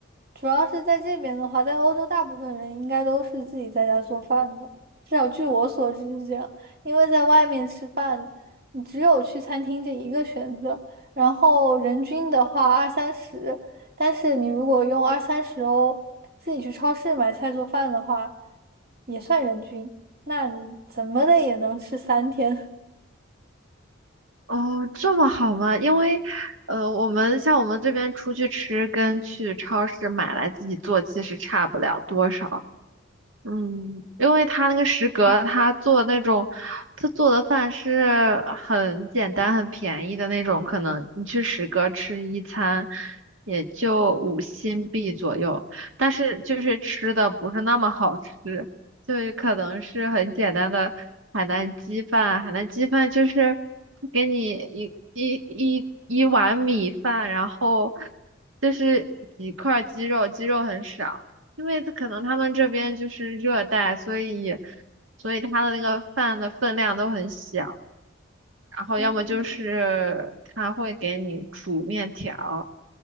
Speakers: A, on the right; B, on the right.
A: 主要是在这边的话，在欧洲大部分人应该都是自己在家做饭的，至少据我所知是这样。因为在外面吃饭，你只有去餐厅这一个选择，然后人均的话二三十，但是你如果用二三十欧自己去超市买菜做饭的话，也算人均，那你怎么的也能吃三天。
B: 哦，这么好吗？因为，呃，我们像我们这边出去吃跟去超市买来自己做其实差不了多少。嗯，因为他那个食阁，
A: <laughs>
B: 他做那种，他做的饭是很简单、很便宜的那种，可能你去食阁吃一餐也就五新币左右，但是就是吃的不是那么好吃，就是可能是很简单的海南鸡饭，海南鸡饭就是给你一一一一碗米饭，然后就是几块鸡肉，鸡肉很少。因为他可能他们这边就是热带，所以所以他的那个饭的分量都很小，然后要么就是他会给你煮面条，
A: 嗯，